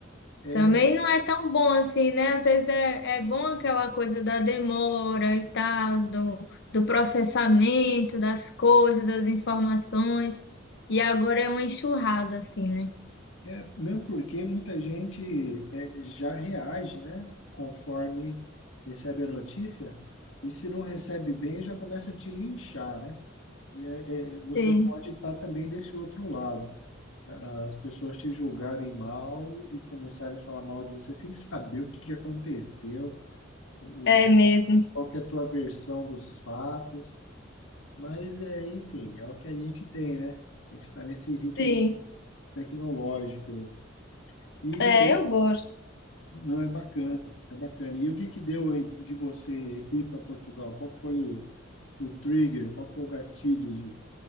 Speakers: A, on the left; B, on the left.
A: É,
B: Também não é tão bom assim, né? Às vezes é, é bom aquela coisa da demora e tal, do, do processamento das coisas, das informações. E agora é uma enxurrada, assim, né?
A: É, mesmo porque muita gente é, já reage, né, conforme recebe a notícia, e se não recebe bem, já começa a te linchar, né? E é, é, você
B: Sim,
A: pode estar também desse outro lado, A- as pessoas te julgarem mal e começarem a falar mal de você sem <laughs> saber o que que aconteceu, o,
B: é mesmo.
A: qual que é a tua versão dos fatos, mas é, enfim, é o que a gente tem, né? A gente está nesse ritmo
B: Sim,
A: tecnológico aí. E
B: é, eu gosto.
A: Não, é bacana, é bacana. E o que que deu aí de você ir para Portugal? Qual que foi o, o trigger? Qual que foi o gatilho de,